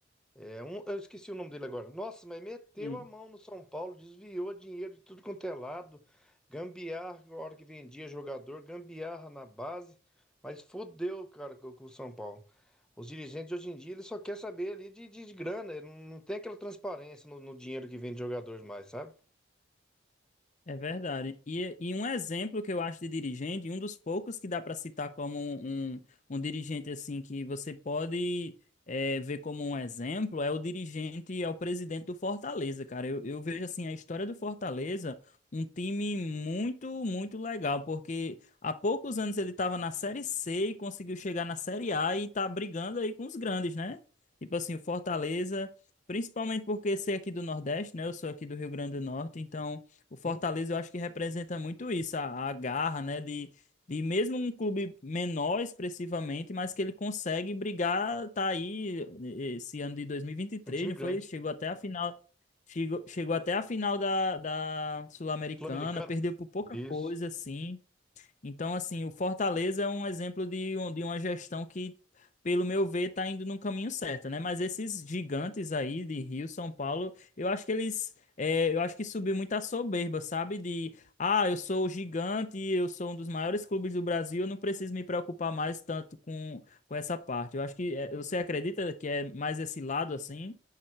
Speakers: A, in the centre; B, on the left.
A: É um, eu esqueci o nome dele agora. Nossa, mas meteu
B: sim.
A: a mão no São Paulo, desviou dinheiro de tudo quanto é lado, gambiarra na hora que vendia jogador, gambiarra na base, mas fodeu, cara, com, com o São Paulo. Os dirigentes de hoje em dia, eles só querem saber ali de, de, de grana, ele não, não tem aquela transparência no, no dinheiro que vem de jogadores mais, sabe?
B: É verdade. E, e um exemplo que eu acho de dirigente, e um dos poucos que dá para citar como um, um, um dirigente assim que você pode eh, ver como um exemplo, é o dirigente, é o presidente do Fortaleza, cara. Eu, eu vejo assim a história do Fortaleza, um time muito, muito legal, porque há poucos anos ele estava na Série C e conseguiu chegar na Série A e tá brigando aí com os grandes, né? Tipo assim, o Fortaleza, principalmente porque ser aqui do Nordeste, né? Eu sou aqui do Rio Grande do Norte, então. O Fortaleza
A: Sim,
B: eu acho que representa muito isso, a, a garra, né? De, de mesmo um clube menor expressivamente, mas que ele consegue brigar, tá aí eh, esse ano de 2023,
A: é um time
B: não
A: grande.
B: foi? Chegou até a final, chegou, chegou até a final da, da Sul-Americana,
A: Sul-Americana?
B: perdeu por pouca
A: Isso.
B: coisa, assim. Então, assim, o Fortaleza é um exemplo de, um- de uma gestão que, pelo meu ver, está indo no caminho certo, né? Mas esses gigantes aí de Rio, São Paulo, eu acho que eles, é, eu acho que subiu muita soberba, sabe? De, ah, eu sou o gigante, eu sou um dos maiores clubes do Brasil, eu não preciso me preocupar mais tanto com, com essa parte. Eu acho que, é, você acredita que é mais esse lado assim?